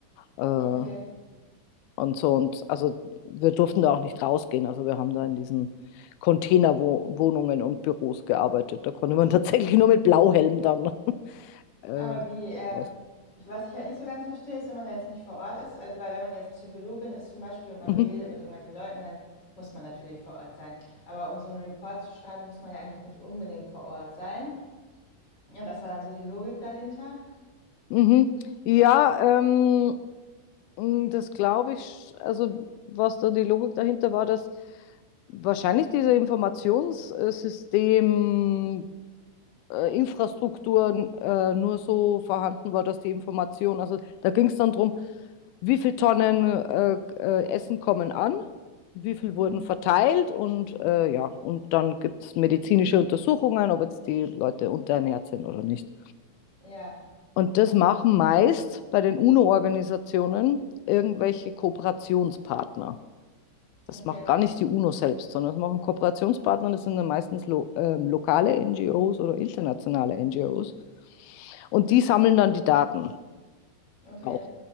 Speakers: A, on the left (about 80°); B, on the left (about 25°).
A: äh,
B: okay.
A: und so. Und also wir durften da auch nicht rausgehen. Also wir haben da in diesen Containerwohnungen und Büros gearbeitet. Da konnte man <laughs> tatsächlich nur mit Blauhelm dann <laughs> äh,
B: Aber wie, ähm,
A: raus.
B: ich, was ich halt nicht so ganz verstehe, ist, wenn man da jetzt nicht vor Ort ist, also weil wenn man jetzt Psychologin ist zum Beispiel und man
A: Mhm.
B: redet mit irgendwelchen Leuten, dann muss man natürlich vor Ort sein. Aber um so einen Report zu schreiben, muss man ja eigentlich nicht unbedingt vor Ort sein. Ja, was war dann so die Logik dahinter?
A: Mhm. Ja, ähm, Mm, Das glaube ich, sch- also was da die Logik dahinter war, dass wahrscheinlich diese Informationssystem äh, Infrastruktur äh, nur so vorhanden war, dass die Information, also da ging es dann darum, wie viel Tonnen äh, äh, Essen kommen an, wie viel
B: Mhm.
A: wurden verteilt und äh, ja, und dann gibt es medizinische Untersuchungen, ob jetzt die Leute unterernährt sind oder nicht.
B: Ja,
A: Und das machen meist bei den UNO-Organisationen irgendwelche Kooperationspartner. Das
B: okay,
A: macht gar nicht die UNO selbst, sondern das machen Kooperationspartner, das sind dann meistens lo äh, lokale NGOs oder internationale NGOs. Und die sammeln dann die Daten
B: okay.
A: auch.